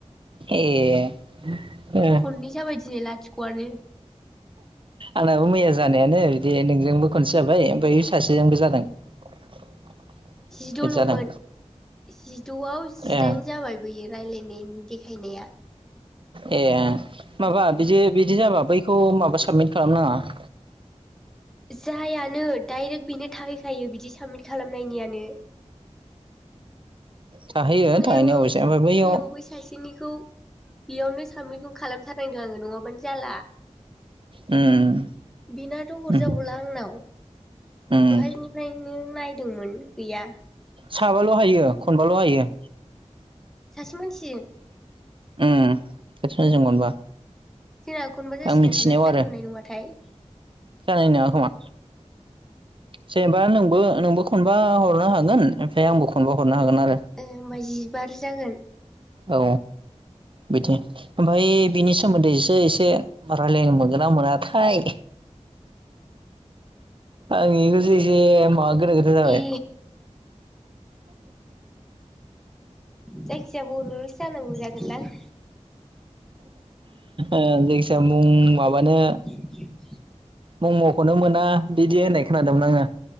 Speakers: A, on the right (about 45°); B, in the centre.
A: ए उम
B: खननै जाबायदिनोै लाथिख'आनो
A: आंनाबो मैया जानायानो बिदि नोंजोंबो खनसे जाबाय ओमफ्राय सासेजोंबो जादों। <inaudible>
B: जिद'ल'मोन
A: बिदि जादों
B: जिद'आव जिदाइन
A: ए
B: जाबाय बैयो रायज्लायनायनि देखायनाया
A: ए माबा बिदि बिदि जाबा बैखौ माबा साबमिट खालाम नाङा <inaudible>
B: जायानो डाइरेक्ट बेनो थाहैखायो बिदि साबमिट खालामनायनियानो
A: थाहैयो
B: मैयाबो
A: थाहैनाया अबयसे ओमफ्राय बैयाव
B: मैयाबो बै सासेनिखौ बेयावनो सामिटखौ खालामथारनांदों आङो नङाबानो जाला
A: उम
B: बेनाथ' हरजाबावला
A: उम
B: आंनाव
A: उम
B: दहायनि निफ्रायनो नायदोंमोन गैया
A: साबाल' हायो खनबाल' हायो।
B: सासे मानसिजों
A: उम सासे मानसिजों खनबा
B: जोंना खनबा जासिगोन
A: आं मिथिनायाव
B: ना
A: आरो
B: जाथ'नाय नङाथाय?
A: जानाय नङा खोमा जेनेबा नोंबो नोंबो खनबा हरनो हागोन ओमफ्राय आंबो खनबा हागोन आरो।
B: ए होमबा जिबार जागोन।
A: औ बिथिं ओमफाय बिनि सोमोन्दैसो एसे रायलायनो मोनगोन ना मोनाथाय आं एखौसो एसे माबा गोनो गोथो जाबाय
B: ए जायखिजाया बर'ल'सो जानांगौ जागोनदां
A: ओ जायखि जाया मुं माबानो
B: <inaudible>
A: मम'खौनो मोना बिदि होननाय खोनादोंमोन आङो।